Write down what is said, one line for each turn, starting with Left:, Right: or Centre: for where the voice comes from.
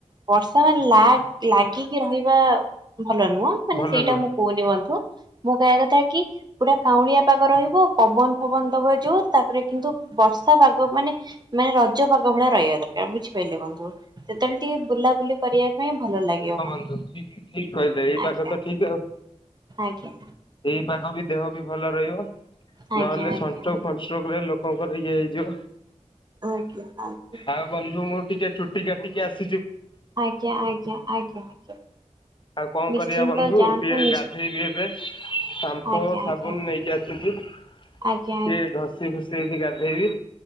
Right: ବର୍ଷା ମାନେ ଲା ଲାଗି ରହିବା- ଭଲ ନୁହଁ ମାନେ
Left: ଭଲ
Right: ସେଇଟା
Left: ନୁହଁ।
Right: ମୁଁ କହୁନି ବନ୍ଧୁ। ମୁଁ କହିବା କଥା କି ପୁରା କାଉଁଳିଆ ପାଗ ରହିବ ପବନ ଫବନ ଦବ ଯୋଉ ତାପରେ କିନ୍ତୁ ବର୍ଷା ପାଗ ମାନେ ମାନେ ରଜ ପାଗ ଭଳିଆ ରହିବା ଦରକାର ବୁଝିପାଇଲେ ବନ୍ଧୁ ସେତେବେଳେ ଟିକେ ବୁଲାବୁଲି କରିବା ପାଇଁ ଭଲ ଲାଗିବ।
Left: <unintelligible> ଠିକ୍ କହିଲେ ଏଇ ପାାଗ
Right: ଆଜ୍ଞା
Left: ତ ଠିକ୍ ଆଉ
Right: ଆଜ୍ଞା
Left: ଏଇ ପାଗ ବି ଦେହ ବି ଭଲ ରହିବ। ନ
Right: ଆଜ୍ଞା
Left: ହେଲେ
Right: ଆଜ୍ଞା
Left: ସଂଷ୍ଟ୍ରୋକ୍ ଫଷ୍ଟ୍ରୋକ୍ ଲୋକ ଇଏ ହେଇଯିବ
Right: ଆଜ୍ଞା ଆଜ୍ଞା
Left: ଆଉ ବନ୍ଧୁ ମୁଁ ଟିକେ ଚୁଟି କାଟିକି ଆସେ
Right: ଆଜ୍ଞା ଆଜ୍ଞା ଆଜ୍ଞା ଆଜ୍ଞା।
Left: ଆଉ କଣ
Right: ନିଶ୍ଚିନ୍ତ
Left: କରିବା ବନ୍ଧୁ
Right: ଯାଆନ୍ତୁ
Left: ଟିକେ
Right: ନିଶ୍
Left: ଗାଧେଇ ବିି ହେବେ ସାମ୍ପୋ
Right: ଆଜ୍ଞା
Left: ସାବୁନ
Right: ଆଜ୍ଞା
Left: ନେଇକି ଆସୁଛି। ଟିକେ
Right: ଆଜ୍ଞା
Left: ଘଷି ଘୁସି ହେଇକି ଗାଧେ ଇବି।